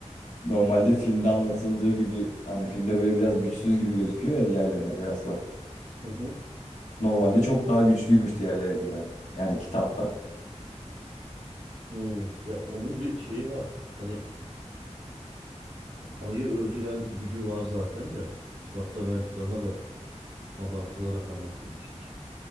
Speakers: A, on the left; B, on the right.
A: normalde filmde anlatıldığı gibi hani filmde böyle biraz güçsüz gibi gözüküyor ya diğerlerine kıyasla.
B: Hı hı.
A: Normalde çok daha güçlüymüş diğerlerinden. Yani kitapta.
B: Hmm. Ya onun bir şeyi var. Hani ayı öldüren gücü var zaten de. Kitapta belki daha da abartılarak anlatılmıştır.